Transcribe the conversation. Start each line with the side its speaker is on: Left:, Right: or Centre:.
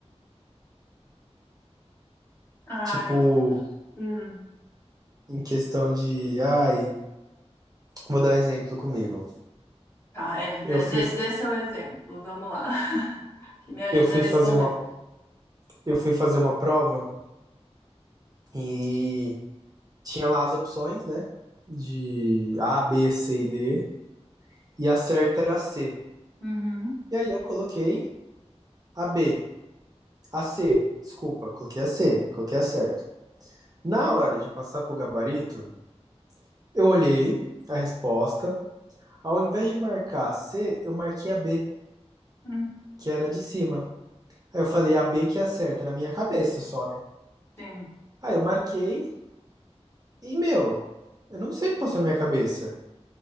Left: Ah,
Right: Tipo,
Left: eu. hum,
Right: em questão de, ai, vou dar um exemplo comigo.
Left: Tá, é. dê
Right: Eu fui,
Left: dê- dê seu exemplo. Vamos lá. <laughs> Que me ajuda
Right: eu fui
Left: a responder.
Right: fazer uma, eu fui fazer uma prova e tinha lá as opções, né? De A, B, C e D, e a certa era C.
Left: Uhum.
Right: E aí eu coloquei a B, a C, desculpa, coloquei a C, coloquei a certa. Na hora de passar pro gabarito, eu olhei a resposta, ao invés de marcar a C, eu marquei a B,
Left: Hum,
Right: que era de cima. Aí eu falei a B que é a certa, na minha cabeça só, né?
Left: Sim,
Right: Aí eu marquei e, meu, eu não sei o que passou na minha cabeça.